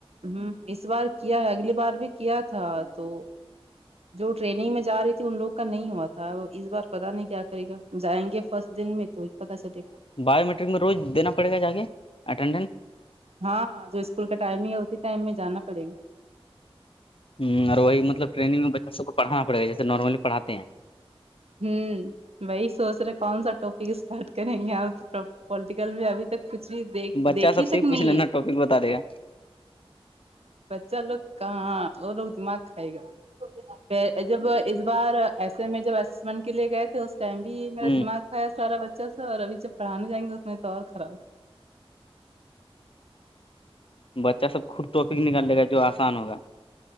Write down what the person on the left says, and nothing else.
باو ممیٹرک میں روز دینا پڑے گا جا کے اٹینڈنس
ہ اور وہی مطل رینگ میں بچہ س کو پھانا پے گا جیسے نارملی پڑاتے ہیں
ہیں بچہ
سب سے
ہی پوچھ
لینا
ٹاپک بتا دے گا
ہ
بچہ سب خود ٹاپک نکال لے گا جو آسان ہوگا